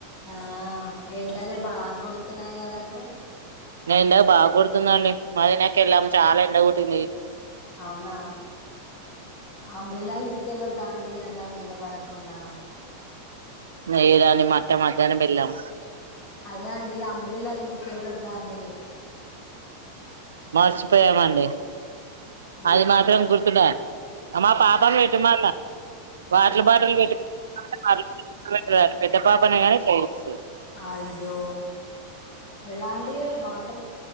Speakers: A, on the left; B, on the right.
A: ఆ ఎండలె బాగొడుతున్నాయ్ కదండీ
B: ఎండ బాగొడుతుందండి మాదినా కెళ్ళాము చాలా ఎండ కొట్టింది
A: అవునా ఆంబ్రేలా తీసుకెళ్లొద్ద అన్ డి ఎండ మీద పడకుండా
B: యేదండి మట్ట మధ్యాహ్నం బెల్లాం
A: అదే అండి అంబ్రిల్ల తీసుకెళోద్దా అండి
B: మర్చిపోయామండి
A: గ్లామర్
B: అది మాత్రం గుర్తుందడా అ మా పాపని పెటుమన్న వాటిల్
A: ఆ
B: బాటిల్ పెట్ <unintelligible> పెద్ద పాపనె గనీ చేయించలేదు
A: అయ్యో ఎలా అండి వాటర్